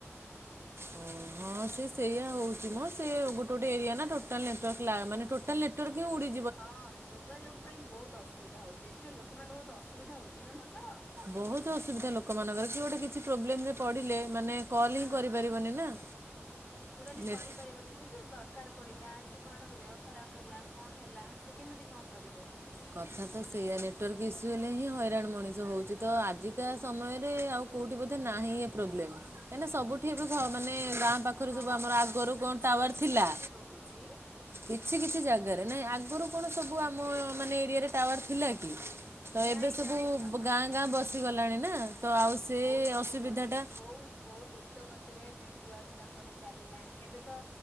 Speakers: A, on the right; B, on the left.
A: ଓ ହଁ ସେୟା ହଉଚି ମ ସେ ଗୋଟେ ଗୋଟେ ଏରିଆ ନା ଟୋଟାଲ ନେଟୱାର୍କ ମାନେ ଟୋଟାଲ୍ ନେଟୱାର୍କ ହିଁ ଉଡ଼ି
B: ହଁ ଯୋଗାଯୋଗ ପାଇଁ ବହୁତ ଅସୁବିଧା ହଉଚି ଏଥିରେ ଲୋକମାନେ ବହୁତ ଅସୁବିଧା ହଉଚି ନା ତାଙ୍କର।
A: ବହୁତ ଅସୁବିଧା ଲୋକମାନଙ୍କର କି ଗୋଟେ କିଛି ପ୍ରୋବ୍ଲେମରେ ପଡ଼ିଲେ ମାନେ କଲ୍
B: ହଁ
A: ହିଁ କରିପାରିବନି ନା।
B: ଟୋଟାଲି
A: ନେଟ୍
B: କରିପାରିବନି ଯେ ଦରକାର ପଡିଲା ଯେ କର ଦେହ ଖରାପ ହେଲା। କଣ ହେଲା ସେ କେମିତି କଣ କରିବ?
A: କଥା ତ ସେୟା ନେଟୱାର୍କ ଇସୁ ହେଲେ ହିଁ ହଇରାଣ ମଣିଷ ହଉଛି ତ ଆଜିକା ସମୟରେ ଆଉ। କେଉଠି ବୋଧେ ନାହିଁ ଏ ପ୍ରୋବ୍ଲେମ୍ କାଇଁ ନା ସବୁଠି ଏବେ ଘ ମାନେ ଗାଁ ପା ଉପରୁ
B: ହଁ
A: ଯୋ ଆମର
B: ପ୍ରା
A: ଆଗରୁ
B: କିଛି
A: କଣ ଟାୱାର
B: କିଛି
A: ଥିଲା?
B: ଜାଗାରେ ରହୁଛି
A: କିଛି କିଛି ଜାଗାରେ ନାଇଁ ଆଗରୁ କଣ ସବୁ ଆମ ମାନେ ଏରିଆରେ ଟାୱାର ଥିଲା କି? ତ
B: ନାଇଁ
A: ଏବେ ସବୁ
B: ଆମର ତ ହଁ
A: ଗାଁ ଗାଁ ବସିଗଲାଣି ନା। ତ ଆଉ ସେ
B: ବହୁତ ବସିଗଲାଣି
A: ଅସୁବିଧାଟା
B: ବହୁତ ବହୁତ ଦୂ ଦୂତ ଗତିରେ ନେଟୱାର୍କ ତାଙ୍କର ଚାଲିଲାଣି ଏବେ ତ।